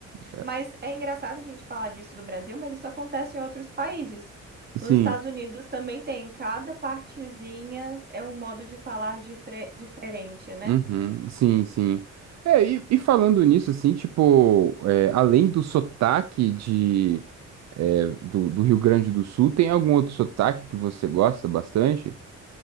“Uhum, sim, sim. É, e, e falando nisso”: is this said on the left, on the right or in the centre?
Right